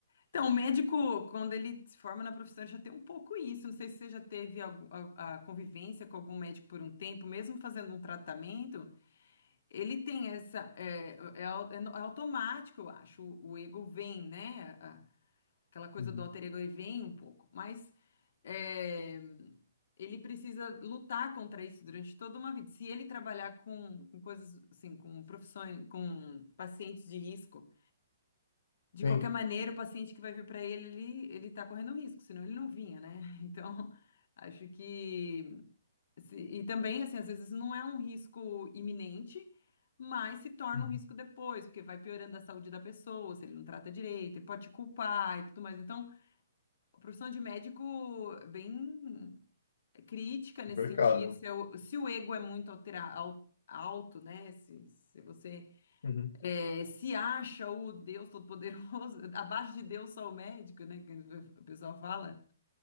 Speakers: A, on the left; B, on the left.
A: Então, o médico, quando ele se forma na profissão, ele já tem um pouco isso. Não sei se você já teve algum- a, a convivência com algum médico por um tempo, mesmo fazendo um tratamento, ele tem essa. É, é, au- é no- é automático, eu acho. O, o ego vem, né? Aquela coisa
B: Uhum.
A: do alter ego ele vem um pouco, mas é, ele precisa lutar contra isso durante toda uma vida. Se ele trabalhar com, com coisas assim, com profissões, com pacientes de risco, de
B: Sim,
A: qualquer maneira, o paciente que vai vir para ele, ele, ele tá correndo risco, senão ele não vinha, né? <laughs> Então, acho que se- e também assim, às vezes não é um risco iminente, mas se torna
B: Uhum.
A: um risco depois, porque vai piorando a saúde da pessoa, se ele não trata direito, ele pode te culpar e tudo mais. Então, a profissão de médico é bem crítica nesse
B: complicado.
A: sentido. Se, é o se o ego é muito altera- al- alto, né? Se, se você
B: Uhum.
A: é, se acha o Deus Todo-Poderoso, <laughs> abaixo de Deus só o médico, né? Que o pessoal fala.